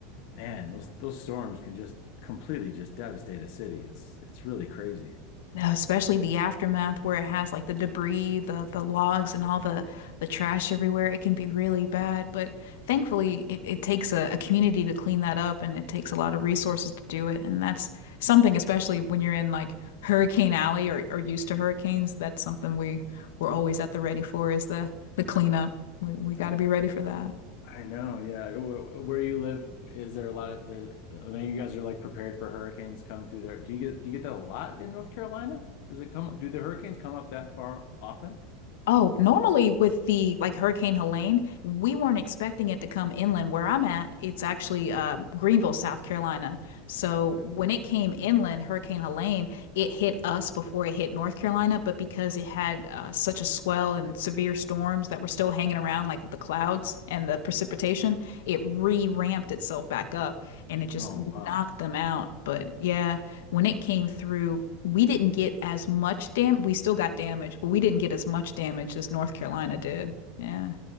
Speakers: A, on the left; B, on the left.
A: man, those those storms can just completely just devastate a city. It's it's really crazy.
B: No, especially the aftermath where it has like the debris, the the logs and all the the trash everywhere. It can be really bad, but thankfully it, it takes a, a community to clean that up and it takes a lot of resources to do it. And that's something, especially when you're in like Hurricane Alley or, or used to hurricanes, that's something we we're always at the ready for is the the cleanup. We we got
A: I
B: to be ready for that.
A: I know, yeah. Where, where you live, is there a lot of there's I mean, you guys are like prepared for hurricanes coming through there. Do you get do you get that a lot in North Carolina? Does it come do the hurricanes come up that far often?
B: Oh, normally with the like Hurricane Helene, we weren't expecting it to come inland where I'm at. It's actually uh, Greenville, South Carolina. So
A: Okay.
B: when it came inland, Hurricane Helene, it hit us before it hit North Carolina. But because it had uh, such a swell and severe storms that were still hanging around, like with the clouds and the precipitation, it re-ramped itself back up and it just
A: Oh, wow.
B: knocked them out. But yeah when it came through, we didn't get as much dam. We still got damage, but we didn't get as much damage as North Carolina did. Yeah.